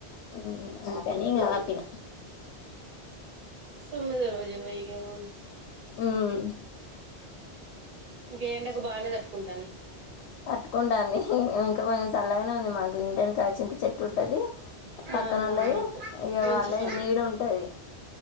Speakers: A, on the left; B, on the right.
A: మ్ అంతని ఆపిన.
B: తొమ్మిదొ రోజే పొయ్యిగ ఔను
A: ఉమ్.
B: ఇంకె ఎండకు బానే తట్టుకుంటాంది.
A: పట్టుకుంటాంది ఇంక కొంచెం సల్లగనే ఉంది మాకు ఇంటెనకాల చింత చెట్. ఉంటది పక్కనోళ్ళది
B: ఆహా
A: ఇగ
B: మంచి
A: వాళ్ళది
B: పని
A: నీడుంటది.